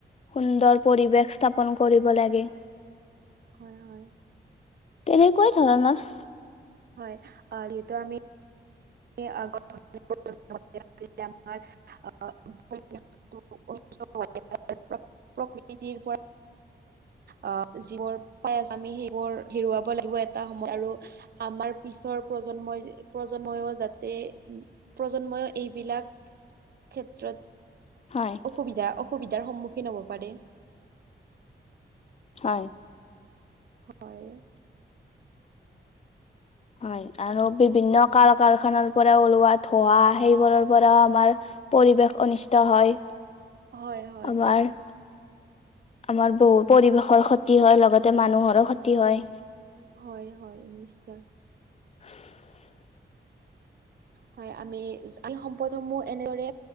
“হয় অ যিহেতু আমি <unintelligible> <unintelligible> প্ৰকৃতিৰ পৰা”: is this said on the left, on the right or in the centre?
Right